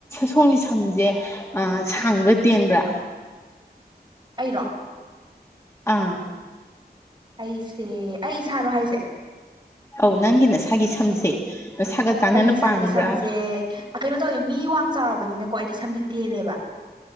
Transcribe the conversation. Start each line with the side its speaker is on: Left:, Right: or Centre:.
Left: ꯁꯣꯝꯒꯤ ꯁꯝꯁꯦ ꯁꯥꯡꯕ꯭ꯔꯥ ꯇꯦꯟꯕ꯭ꯔꯥ
Right: ꯑꯩꯔꯣ
Left: ꯑꯥ
Right: ꯑꯩꯁꯦ ꯑꯩ ꯏꯁꯥꯔꯣ ꯍꯥꯏꯁꯦ
Left: ꯑꯧ ꯅꯪꯒꯤ ꯅꯁꯥꯒꯤ ꯁꯝꯖꯦ ꯅꯁꯥꯒ ꯆꯥꯟꯅꯅ
Right: ꯑꯩꯒꯤ ꯏꯁꯥꯒꯤ
Left: ꯄꯥꯟꯕ꯭ꯔꯥ
Right: ꯁꯝꯁꯦ ꯀꯩꯅꯣ ꯇꯧꯋꯦ ꯃꯤ ꯋꯥꯡ ꯆꯥꯎꯔꯕꯅꯤꯅꯀꯣ ꯑꯩꯗꯤ ꯁꯝꯖꯦ ꯇꯦꯜꯂꯦꯕ